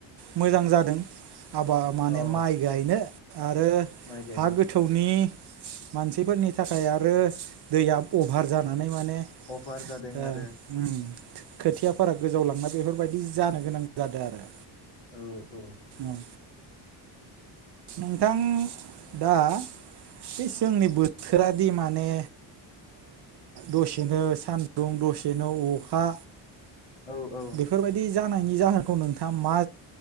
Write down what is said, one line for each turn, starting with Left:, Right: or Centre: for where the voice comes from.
Right: मोजां जादों आबाद माने
Left: न' औ
Right: माइ गायनो आरो
Left: माइ गायनो
Right: हा गोथौनि मानसिफोरनि थाखाय आरो दैया अभार जानानै माने
Left: अभार जादों
Right: ओ
Left: आरो
Right: ओम खोथियाफोरा गोजाव लांनाय बेफोरबायदि बिदि जानो गोनां जादों आरो
Left: औ औ
Right: औ नोंथां दा बे जोंनि बोथोराद माने दसेनो सान्दुं दसेनो अखा
Left: औ औ
Right: बेफोरबायदि जानायनि जाहोनखौ नोंथाङा मा